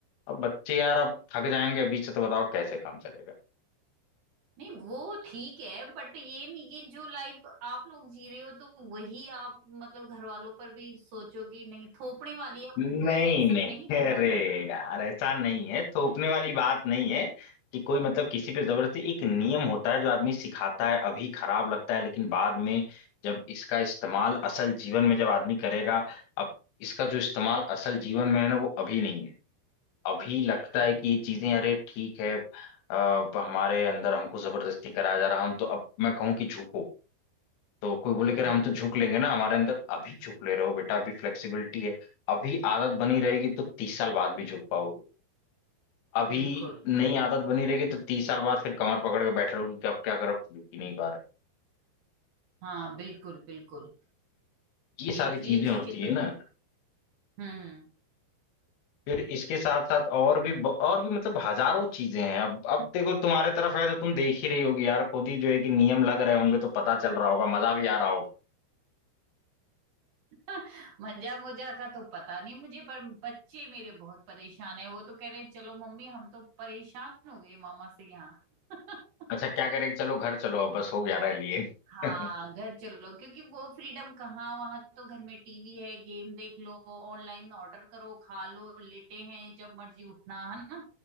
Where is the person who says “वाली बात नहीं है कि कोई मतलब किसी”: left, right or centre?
Left